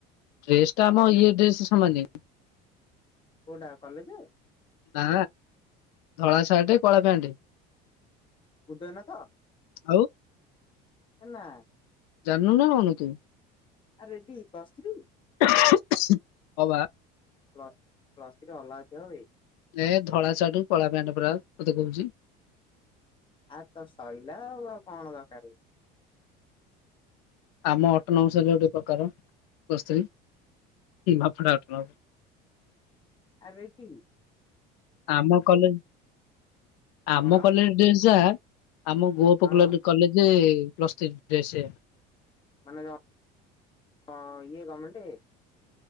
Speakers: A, on the left (about 85°); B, on the left (about 25°).
A: ଡ୍ରେସ ଟା ଆମ ଇଏ ଡ୍ରେସ ସମାନେ।
B: କୋଉଟା କଲେଜେ।
A: ନା ଧଳା ସାର୍ଟ କଳା ପ୍ୟାଣ୍ଟ।
B: ଉଦୟନାଥ।
A: ଆଉ
B: ହେ ନା।
A: ଜାନୋଉନା କଣ ତୁ।
B: ଆ ରେଡି ପ୍ଲସ ଥ୍ରୀ।
A: <unintelligible> ଅବା।
B: ପ୍ଲସ୍ ପ୍ଲସ୍
A: <inaudible>
B: ଥ୍ରୀ ଅଲଗା ଥିବ ବେ
A: ଏ ଧଳା ସାଟୁ କୁ କଳା ପେଣ୍ଟ ପୁରା। ମତେ କହୁଛି।
B: ଆ ତୋ ସଇଲା ଆଉ ଆଉ କଣ ଦରକାର।
A: ଆମ ଅଟୋନୋମସ ରେ ହେଲେ ଗୋଟେ ପ୍ରକାର ପ୍ଲସ ଥ୍ରୀ। ନିମାପଡା ଅଟନବ୍
B: ଆ ରେଡି।
A: ଆମ କଲେଜ ଆମ
B: କଣ
A: କଲେଜ ଡ୍ରେସ ଯାହା। ଆମ ଗୋପ୍
B: ହଁ
A: କଲ୍ କଲେଜ୍। ପ୍ଲସ ଥ୍ରୀ ଡ୍ରେସ ସେୟା।
B: ମାନ କ ଣ ଇଏ ଗମେଣ୍ଟ।